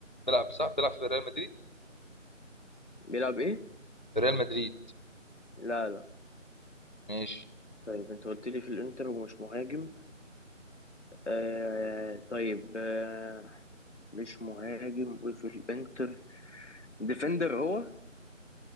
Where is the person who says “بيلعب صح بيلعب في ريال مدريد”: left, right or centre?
Left